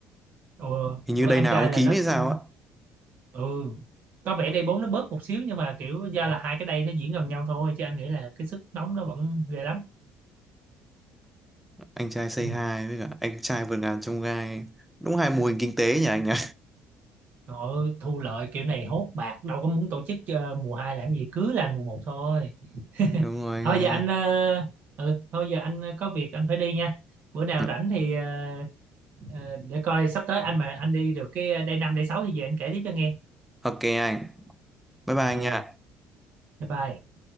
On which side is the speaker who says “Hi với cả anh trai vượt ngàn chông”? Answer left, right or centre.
Centre